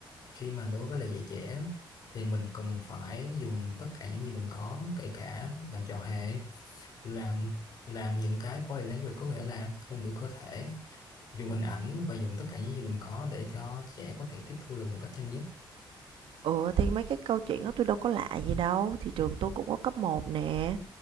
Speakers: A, on the left; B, on the right.
A: khi mà đối với lại dạy trẻ thì mình cần phải dùng tất cả những gì mình có kể cả làm trò hề làm làm những cái body language có nghĩa là ngôn ngữ cơ thể dùng hình ảnh và dùng tất cả những gì mình có để cho trẻ có thể tiếp thu được một cách nhanh nhất
B: ừ thì mấy cái câu chuyện đó tôi đâu có lạ gì đâu thì trường tôi cũng có cấp một nè